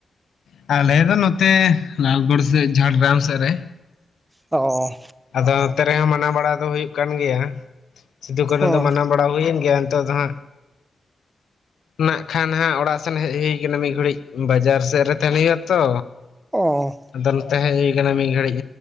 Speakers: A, on the left; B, on the right.
A: ᱟᱞᱮ ᱫᱚ ᱱᱚᱛᱮ ᱞᱟᱞᱜᱚᱲ ᱥᱮᱫ ᱡᱷᱟᱲᱜᱨᱟᱢ ᱥᱮᱫ ᱨᱮ
B: ᱚ
A: ᱟᱫᱚ ᱱᱚᱛᱮ ᱨᱮᱦᱚᱸ ᱢᱟᱱᱟᱣ ᱵᱟᱲᱟ ᱫᱚ ᱦᱩᱭᱩᱜ ᱠᱟᱱ ᱜᱮᱭᱟ ᱥᱤᱫᱩ ᱠᱟᱱᱩ
B: ᱦᱚᱸ
A: ᱫᱚ ᱢᱟᱱᱟᱣ ᱵᱟᱲᱟ ᱦᱩᱭᱮᱱ ᱜᱮᱭᱟ ᱱᱤᱛᱚᱜ ᱫᱚ ᱦᱟᱸᱜ ᱱᱟᱜ ᱠᱷᱟᱱ ᱦᱟᱸᱜ ᱚᱲᱟᱜ ᱥᱮᱱ ᱦᱮᱡ ᱦᱩᱭ ᱠᱟᱱᱟ ᱢᱤᱫ ᱜᱷᱩᱲᱤᱡ, ᱵᱟᱡᱟᱨ ᱥᱮᱫ ᱨᱮ ᱛᱟᱦᱮᱱ ᱦᱩᱭᱩᱜᱼᱟ ᱛᱚ
B: ᱚ
A: ᱟᱫᱚ ᱱᱚᱛᱮ ᱦᱮᱡ ᱦᱩᱭ ᱠᱟᱱᱟ ᱢᱤᱫ ᱜᱷᱟᱹᱲᱤᱡ